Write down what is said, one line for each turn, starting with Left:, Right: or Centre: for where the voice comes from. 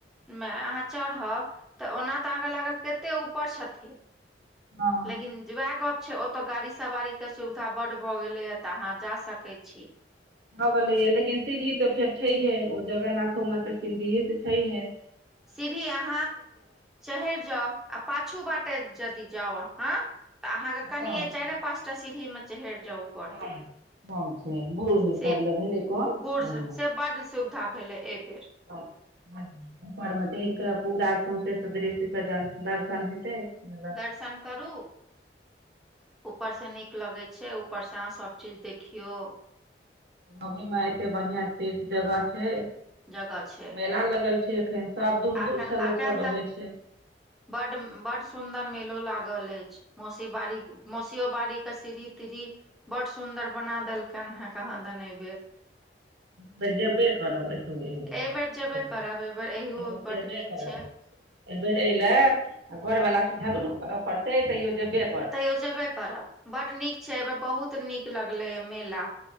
Centre: मे अहाँ चढ़हब तऽ ओना तऽ अहाँके लागल कते ऊपर छथि।
Right: हँ
Centre: लेकिन जे वाएह गप छै ओ तो गाड़ी सवारी के सुविधा बड भऽ गेलैया तऽ अहाँ जा सकै छी।
Right: भऽ गलैया लेकिन सीढ़ी तऽ फेर छैहये ओ जगन्नाथो मे तऽ सीढ़ी तऽ छैहये।
Centre: सीढ़ी अहाँ चहैर जाउ आ पाछू बाटे जदि जाउ अहाँ। तऽ अहाँ के कनिये
Right: काम
Centre: चाएरे
Right: छै
Centre: पाँचटा सीढ़ी मे चहैर जाउ ऊपर
Right: कम छै बूढ़ सब
Centre: से
Right: लए भेलै कम
Centre: बूढ़
Right: बढ़िआँ
Centre: स से बड सुविधा भेलै। एबेर।
Right: <unintelligible> ऊपर मे चैढ़ कऽ पूरा सौंसे सदृश्य के दर दर्शन हेतै। झलक
Centre: दर्शन करू ऊ पर से नीक लगै छै, ऊपर से अहाँ सब चीज देखियौ।
Right: लगे मे एते बढ़ियां तीर्थ जगह छै,
Centre: जगह छै
Right: मेला लगल छै एखैन। सब दूर-दूर
Centre: अखन
Right: सऽ लोक
Centre: अखन
Right: सब
Centre: तऽ
Right: अबै छै।
Centre: बड उम्म बड सुन्दर मेलो लागल एछ, मौसी बारी मौसी तियौ बाड़ी कऽ सीढ़ी-तीढ़ी बड सुन्दर बना देलकैन हें कहाँ दन नै एबेर।
Right: एबेर जेब्बे करब एतौ एबेर
Centre: एहि बेर जेबे
Right: <unintelligible>
Centre: करब एहि बेर इहो
Right: एबेर
Centre: बड
Right: जेबै
Centre: नीक
Right: करब।
Centre: छै
Right: एबेर एयलै आ घरवला से झगड़ो करऽ पड़तै तैयो जेब्बे
Centre: तैयो जेबे करब बड नीक छै, एबेर बहुत नीक लगलैया मेला।